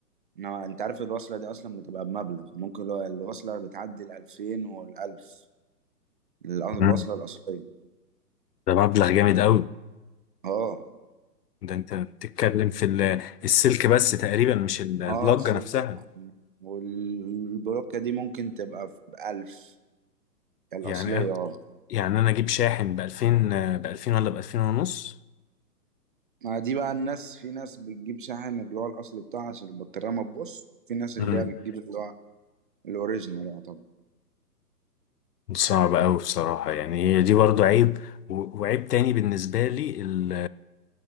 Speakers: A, on the right; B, on the left.
A: انما انت عارف الوصلة دي اصلا بتبقى بمبلغ ممكن لو الوصلة بتعدي ال 2000 وال 1000 الوصلة
B: مم.
A: الأصلية
B: ده مبلغ جامد قوي
A: اه
B: ده انت بتتكلم في ال- السلك بس تقريبا مش البلاجة
A: اه السلك
B: نفسها
A: اه والبلوكة دي ممكن تبقى ب 1000 الأصلية
B: يعني أنا-
A: اه
B: يعني انا اجيب شاحن ب 2000 ب 2000 ولا ب 2000 ونص
A: ما دي بقى الناس في ناس بتجيب شاحن اللي هو الاصلي بتاعها عشان البطاريه ما تبوظ في ناس
B: امم
A: اللي هي بتجيب اللي هو الاوريجينال بقى طبعا
B: صعب قوي بصراحة يعني هي دي برضو
A: آه.
B: عيب و- وعيب تاني بالنسبة لي ال-